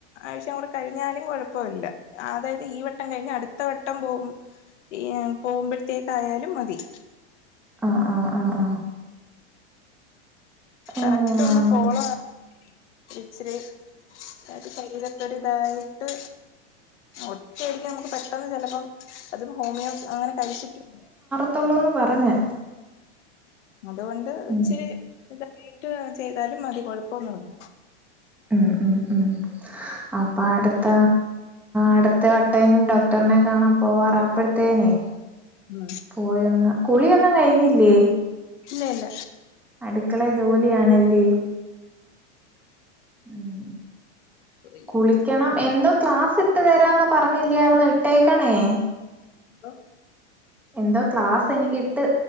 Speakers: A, on the left; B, in the centre.
A: ആഴ്ച കൂടെ കഴിഞ്ഞാലും കൊഴപ്പം ഇല്ല. അതായത് ഈ വട്ടം കഴിഞ്ഞ് അടുത്ത വട്ടം പോകും ഈ പോവ്മ്പഴ്ത്തേക്കായാലും മതി.
B: ആഹ് ആഹ് ആഹ് ആഹ്
A: കറക്റ്റ്
B: ഉം
A: ഒന്ന്
B: അങ്ങനെ
A: ഫോളോ <unintelligible> ഇതൊന്തൊരുതായിട്ട് ഒറ്റയടിക്ക് നമുക്ക് പെട്ടെന്ന് ചെലപ്പം അത് ഹോമിയോ അങ്ങനെ കഴിച്ചിട്ട്
B: ത്തുള്ളൂന്ന് പറഞ്ഞ്
A: അതുകൊണ്ട്
B: ഉം
A: ഇച്ച്രി ഇതായിട്ട് ചെയ്താലും മതി കൊഴപ്പൊന്നും ഇല്ല.
B: ഉം ഉം ഉം അപ്പം അടുത്ത അടുത്ത വട്ടമെങ്കും ഡോക്ടറിനെ കാണാൻ പോവാറാപ്പഴത്തേനെ
A: ഉം
B: പോയൊന്ന് കുളിയൊന്നും കഴിഞ്ഞില്ലേ
A: ഇല്ല ഇല്ല
B: അടുക്കളെ ജോലിയാണല്ലേ ഉം
A: അയ്യോ
B: കുളിക്കണം എന്തോ ക്ലാസിട്ടു തരാമെന്ന് പറഞ്ഞില്ലായിരുന്നോ ഇട്ടേക്കണേ
A: ലോ
B: എന്തോ ക്ലാസ് എനിക്ക് ഇട്ട്